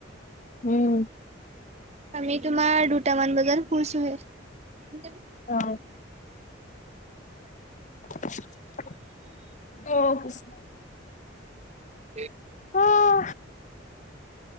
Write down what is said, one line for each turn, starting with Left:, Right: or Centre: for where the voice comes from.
Left: উম,
Right: আমি তোমাৰ দুটামান বজাত শুইছোঁহে।
Left: অ অ'।
Right: <unintelligible> <unintelligible>
Left: আহ